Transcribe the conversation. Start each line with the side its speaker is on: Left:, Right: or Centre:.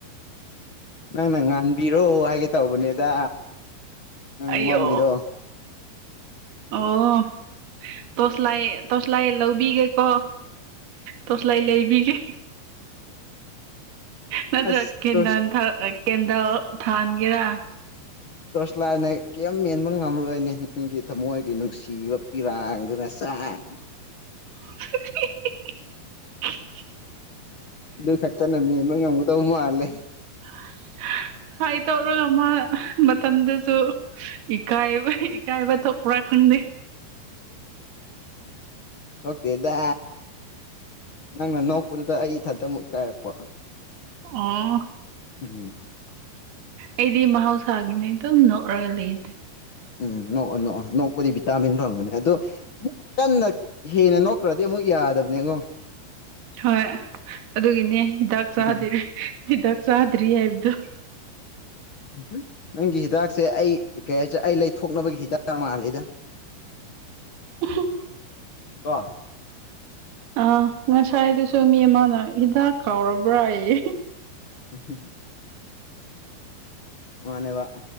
Left: ꯅꯪꯅ ꯉꯥꯟꯕꯤꯔꯣ ꯍꯥꯏꯒꯦ ꯇꯧꯕꯅꯦꯗ ꯎꯝ
Right: ꯑꯌꯣ
Left: ꯃꯃꯤꯗ
Right: ꯑꯣ ꯇꯁ ꯂꯥꯏ ꯇꯣꯁꯂꯥꯏ ꯂꯧꯕꯤꯒꯦꯀꯣ ꯇꯣꯁꯂꯥꯏ ꯂꯩꯕꯤꯒꯦ ꯅꯠꯇ꯭ꯔ
Left: ꯑꯁ
Right: ꯀꯦꯟꯥꯟ
Left: ꯇꯣꯔꯁ
Right: ꯊ ꯀꯦꯟꯗ ꯊꯥꯟꯒꯔꯥ
Left: ꯇꯣꯔꯁꯂꯥꯅ ꯀꯔꯤꯝ ꯃꯦꯟꯕ ꯉꯝꯔꯣꯏꯅꯦ ꯅꯪꯒꯤ ꯊꯃꯣꯏꯒꯤ ꯅꯨꯡꯁꯤꯕ ꯄꯤꯔꯥꯡꯗꯨꯅ <unintelligible>
Right: <unintelligible>
Left: ꯑꯗꯨ ꯈꯛꯇꯅ ꯃꯦꯟꯕ ꯉꯝꯒꯗꯧ ꯃꯥꯜꯂꯦ
Right: <unintelligible> ꯍꯥꯏ ꯇꯧꯔꯒ ꯑꯃ ꯃꯇꯝꯗꯁꯨ ꯏꯀꯥꯏꯕ ꯀꯥꯏꯕ ꯊꯄ꯭ꯔꯥ ꯈꯪꯗꯦ
Left: ꯑꯣꯀꯦꯗ ꯅꯪꯅ ꯅꯣꯛꯄꯗꯨꯗ ꯑꯩ ꯏꯊꯟꯇ ꯑꯃꯨꯛ ꯏꯀꯥꯏꯔꯛꯄ
Right: ꯑꯣ
Left: ꯎꯝ
Right: ꯑꯩꯗꯤ ꯃꯍꯧꯁꯥꯒꯤꯅꯦ ꯑꯗꯨꯝ ꯅꯣꯛꯔꯒ ꯂꯩꯗꯦ
Left: ꯎꯝ ꯅꯣꯛꯑꯣ ꯅꯣꯛꯑꯣ ꯅꯣꯛꯄꯗꯤ ꯚꯤꯇꯥꯃꯤꯟ ꯐꯪꯕꯅꯦ ꯑꯗꯣ ꯑꯃꯨꯛ ꯀꯟꯅ ꯍꯦꯟꯅ ꯅꯣꯛꯈ꯭ꯔꯗꯤ ꯑꯃꯨ ꯑꯃꯨꯛ ꯌꯥꯗꯕꯅꯦ ꯑꯩꯉꯣ
Right: ꯍꯣꯏ ꯑꯗꯨꯒꯤꯅꯦ ꯍꯤꯗꯥꯛ ꯆꯥꯗꯔꯦꯤ
Left: ꯎꯝ
Right: ꯁꯥꯗꯔꯤ ꯏꯕꯗ
Left: ꯎ ꯅꯪꯒꯤ ꯍꯤꯗꯥꯛꯁꯦ ꯑꯩ ꯀꯩ ꯍꯥꯏꯦ ꯑꯩ ꯂꯩꯊꯣꯛꯅꯕꯒꯤ ꯍꯤꯗꯥꯛ ꯃꯥꯜꯂꯤꯦꯗ
Right: ꯎ
Left: ꯀꯥ
Right: ꯑꯥ ꯉꯁꯥꯏꯗꯨꯁꯨ ꯃꯤ ꯑꯃꯅ ꯍꯤꯗꯥꯛ ꯀꯥꯎꯔꯕ꯭ꯔꯥ ꯑꯩ
Left: ꯎꯝ ꯃꯥꯅꯦꯕ